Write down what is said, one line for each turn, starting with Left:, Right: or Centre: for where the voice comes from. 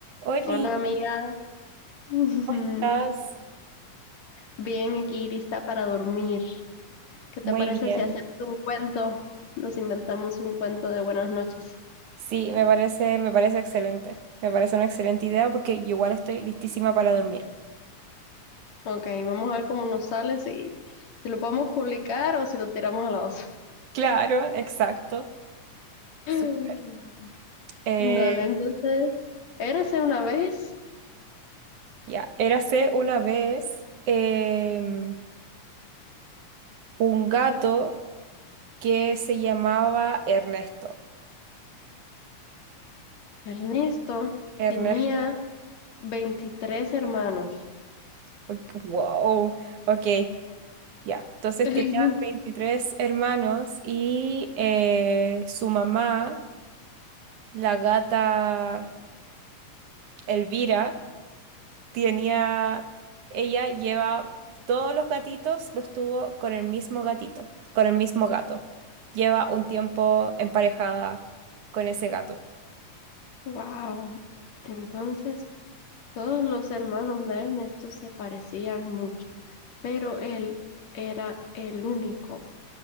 Right: Oli,
Left: Hola amiga, <laughs>
Right: ¿cómo estás?
Left: bien aquí lista para dormir. ¿Qué te
Right: Muy
Left: parece
Right: bien.
Left: si hacemos un cuento? Nos inventamos un cuento de buenas noches.
Right: Sí, me parece, me parece excelente. Me parece una excelente idea porque yo igual estoy listísima para dormir.
Left: Ok, vamos a ver cómo nos sale, si, si lo podemos publicar o si lo tiramos a la osa.
Right: Claro, exacto.
Left: <gasps> <laughs>
Right: Súper. Eh,
Left: Dale, entonces, érase una vez,
Right: ya, Érase una vez em, un gato que se llamaba Ernesto.
Left: Ernesto
Right: Ernesto.
Left: tenía veintitrés hermanos.
Right: Ok, Wow. Ok, ya. Entonces
Left: <laughs>
Right: tenía 23 hermanos y eh, su mamá, la gata. Elvira tenía, ella lleva todos los gatitos, los tuvo con el mismo gatito, con el mismo gato. Lleva un tiempo emparejada con ese gato.
Left: Wow. Entonces, Todos los hermanos de Ernesto se parecían mucho, pero él era el único